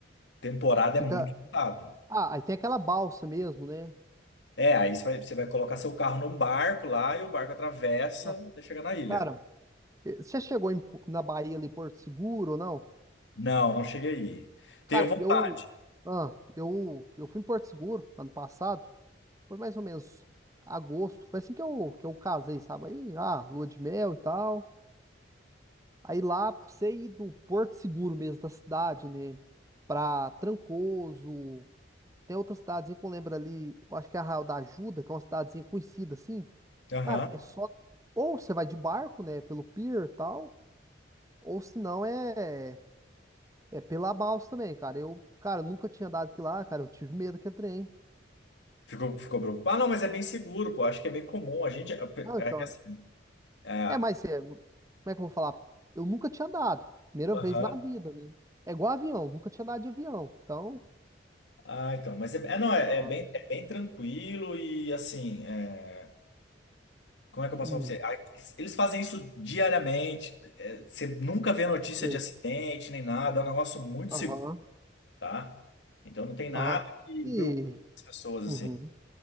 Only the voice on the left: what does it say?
Temporada
é muito ditado.
É, aí você vai, você vai colocar seu carro num barco lá e o barco atravessa
até chegar na ilha.
Não, não cheguei aí. Tenho
vontade.
Aham.
Ficou, ficou preocupado? Ah, não, mas é bem seguro, pô. Acho que é bem comum. A gente. É,
é
que assim. É,
aham.
Ah, então. Mas é, é, não, é,
é bem, é bem tranquilo e assim. é, Como é que eu posso
falar pra você? Ah, Eles eles fazem isso diariamente. é, você nunca vê notícia
de acidente nem nada. É um negócio muito
seguro, tá? Então não tem nada
que
preocupe as pessoas assim.